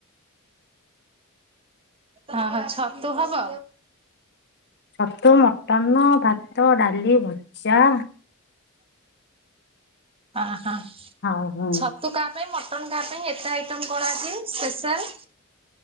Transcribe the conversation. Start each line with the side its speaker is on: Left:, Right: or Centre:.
Right: ହଁ ହଁ ଛତୁ ହବ?
Left: ଛତୁ, ମଟନ, ଭାତ, ଡାଲି, ଭଜା।
Right: ଅଁ ହଁ।
Left: ହଉ ହୁଁ।
Right: ଛତୁ କାହା ପାଇଁ ମଟନ କାହା ପାଇଁ ଏତେ ଆଇଟମ କଣ ଆଜି ସ୍ପେଶାଲ?